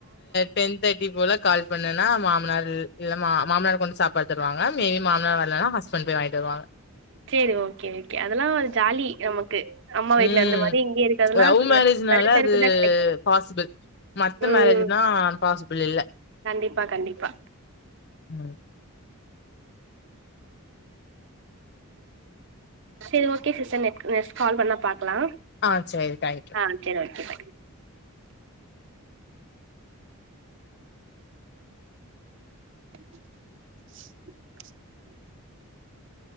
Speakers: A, on the left (about 50°); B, on the right (about 55°).
A: டென் தேட்டி போல கால் பண்ணுனா மாமனார் இல் இல்ல மாமனார் கொஞ்ச சா பாதி தருவாங்க மீதி மாமனார் வரலனா ஹஸ்பண்ட் பேய் வாங்கிட்டு வருவாங்க
B: செரி ஓகே ஓகே அதெல்லா ஒரு ஜாலி நமக்கு அம்மா வீட்ல
A: ம்
B: இருந்த மாரி இங்கயே இருக்கறதெல்லா
A: லவ் மேரேஜ்னால
B: நெறைய பேருக்கு
A: அது
B: தா கெடைக்கு
A: பாசிபிள் மத்த
B: ம்
A: மேரேஜ்னா பாசிபிள் இல்ல
B: கண்டிப்பா கண்டிப்பா
A: ம்
B: செரி okay sister neck next call பண்ணா பாக்கலா
A: ஆ செரி தேங்க் யூ
B: ஆ சரி ஓக்கே பாய் <inaudible>